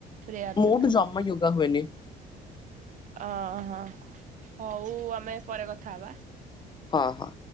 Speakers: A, on the right; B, on the left.
A: ପ୍ରେୟାର୍ସ
B: ମୋଠୁ
A: ହେରିକା
B: ଜମା
A: ସବୁ ହୁଏ।
B: ୟୋଗା ହୁଏନି
A: ଆଁ ହଁ ହୋଉ ଆମେ ପରେ କଥା ହବା।
B: ହଁ ହଁ।